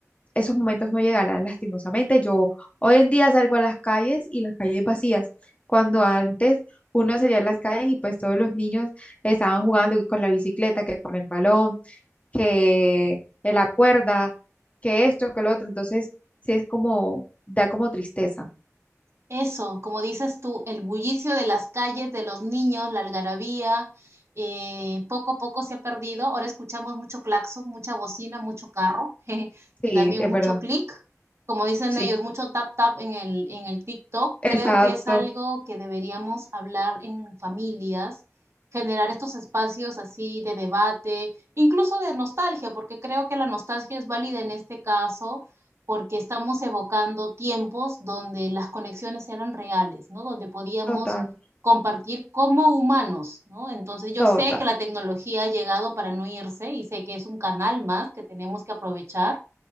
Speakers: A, on the left; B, on the right.
A: esos momentos no llegarán lastimosamente. Yo hoy en día salgo a las calles y las calles vacías, cuando antes uno salía a las calles y pues todos los niños estaban jugando que con la bicicleta, que con el balón, que en la cuerda, que esto, que lo otro. Entonces, sí es como, da como tristeza.
B: Eso, como dices tú, el bullicio de las calles, de los niños, la algarabía, eh, poco a poco se ha perdido. Ahora escuchamos mucho claxon, mucha bocina, mucho carro <laughs> jeje,
A: Sí,
B: y también
A: es
B: mucho
A: verdad.
B: clic, como dicen
A: Sí,
B: ellos, mucho tap tap en el, en el TikTok.
A: exacto.
B: Creo que es algo que deberíamos hablar en familias, generar estos espacios así de debate, incluso de nostalgia, porque creo que la nostalgia es válida en este caso porque estamos evocando tiempos donde las conexiones eran reales, ¿no? Donde podíamos
A: Total,
B: compartir como humanos, ¿no? Entonces yo
A: total,
B: sé que la tecnología ha llegado para no irse y sé que es un canal más que tenemos que aprovechar,